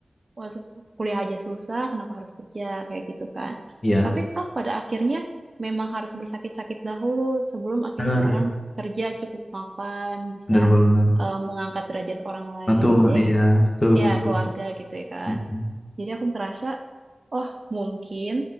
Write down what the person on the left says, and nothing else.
Iya.
Bener.
Bener banget.
Betul.
Iya. Betul
betul.
Mm-mm.